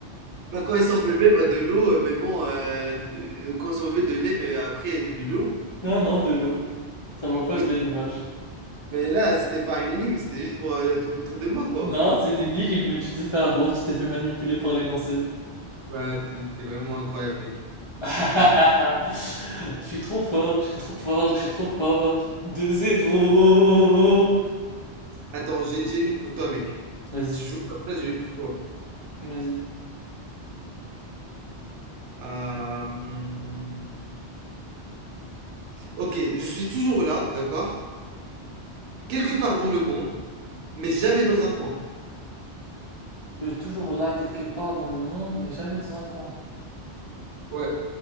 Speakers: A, on the right (about 85°); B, on the left (about 40°).
A: Bah, quand ils sont bébés, bah, de l'eau, euh, mais bon, euh, de- euh, quand ils sont bébés, de lait, mais après, de l'eau.
B: Non, non, de l'eau. Ça va pas
A: De l'eau.
B: de lait, une vache.
A: Mais là, c'était pas une énigme, c'était juste pour euh, te foutre de moi, quoi.
B: Non, c'est une énigme, mais tu t'es fait avoir, tu t'es fait manipuler par l'énoncé.
A: Bah, t'es, t'es vraiment incroyable, mec.
B: <laughs> Je suis trop fort, je suis trop fort, je suis trop fort. 2 zéro.
A: Attends, j'ai, j'ai une pour toi, mec.
B: Vas-y,
A: Si tu joues comme ça, j'ai une pour toi.
B: vas-y.
A: Euh, hum, Ok, je suis toujours là, d'accord? Quelque part dans le monde, mais jamais dans un coin.
B: Je suis toujours là quelque part dans le monde, mais jamais dans un coin.
A: Ouais.